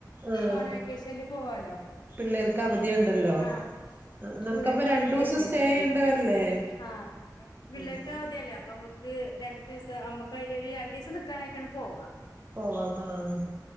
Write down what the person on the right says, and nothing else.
ആഹ്
പിള്ളേർക്ക് അവധിയുണ്ടല്ലോ
നമുക്കപ്പൊ
രണ്ടൂസം
സ്റ്റേ ചെയ്യേണ്ടി വരില്ലേ
ഉം
പോവാം ആഹ്